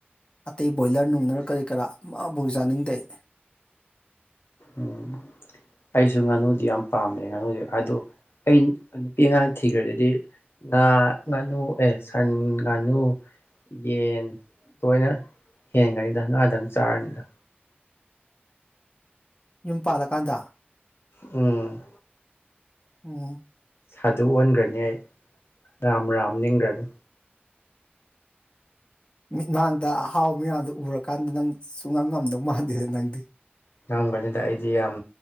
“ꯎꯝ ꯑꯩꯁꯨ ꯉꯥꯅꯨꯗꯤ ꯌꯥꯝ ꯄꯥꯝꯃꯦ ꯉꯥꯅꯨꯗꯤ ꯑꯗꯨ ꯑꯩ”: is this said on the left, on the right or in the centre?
Left